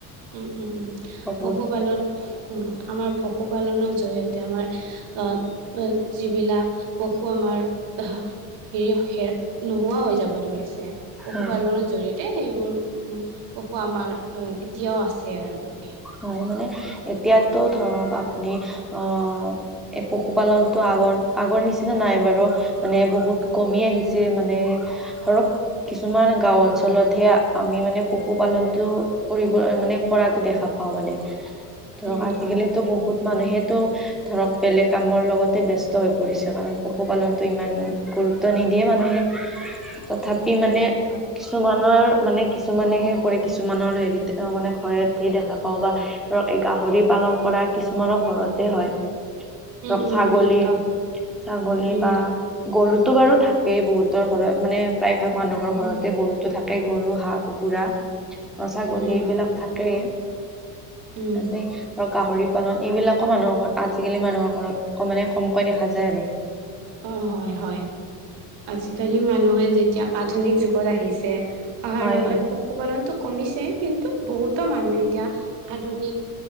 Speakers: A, on the right; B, in the centre.
A: উম উম উম
B: বহুত
A: পশুপালন আমাৰ পশুপালনৰ জৰিয়তে আমাৰ আহ যিবিলাক প শু আমাৰ, হেৰি হে নোহোৱা হৈ যাব ধৰিছে। পশুপালনৰ
B: উম
A: জৰিয়তে সেইবোৰ পশু আমাৰ এতিয়াও আছে আৰু মানে।
B: হয় মানে এতিয়াটো ধৰক আপুনি অ এই পশুপালনতটো আগৰ আগৰ নিচিনা নাই বাৰু মানে বহুত কমি আহিছে মানে ধৰক কিছুমান গাওঁ অঞ্চলত হে আমি মানে পশুপালনতটো কৰিবলৈ মানে কৰাতটো দেখা পা পাওঁ মানে, ধৰক
A: উম,
B: আজিকালিতো
A: হয়, হয়,
B: বহুত মানুহে তহ ধৰক বেলেগ কামৰ লগতে ব্যস্ত হৈ পৰিছে কাৰণ পশুপালনতটো ইমান গুৰুত্ব নি দিয়ে মানুহে তথাপি
A: উম,
B: মানে
A: উম, হয়,
B: কিছুমানৰ মানে কিছুমানেহে কৰে কিছুমানৰ হেৰিত মানে ঘৰে সে দেখা পওঁ বা ধৰক এই গাহৰি পালন কৰা কিছুমানৰ ঘৰতে হয়,
A: উম,
B: ধৰক
A: উম,
B: ছাগলী
A: উম, গাহৰি
B: ছাগলী
A: উম,
B: বা
A: গা
B: গৰু তো বাৰু থাকেই বহুতৰ ঘৰত মানে প্ৰায় ভাগ মানুহৰ
A: উম,
B: ঘৰতে গৰুতো থা কে গৰু, হাঁহ, কুকুৰা, ছাগলী
A: উম,
B: এইবিলাক
A: হয়,
B: থাকেই।
A: উম,
B: তাৰে ধৰক গাহৰি পালন এইবিলাক আকৌ মানুহৰ আজিকালি মানুহৰ ঘৰত অকমান মানে কমকৈ দেখা যায় আৰু।
A: অ হয় হয়। আজিকালি মানুহে যেতিয়া আধুনিক যুগত আহিছে অহাৰ
B: হয়
A: লগে
B: হয়।
A: লগে পশুপালনটো কমিছে কিন্তু বহুতো মানুহে এতিয়া আধুনিক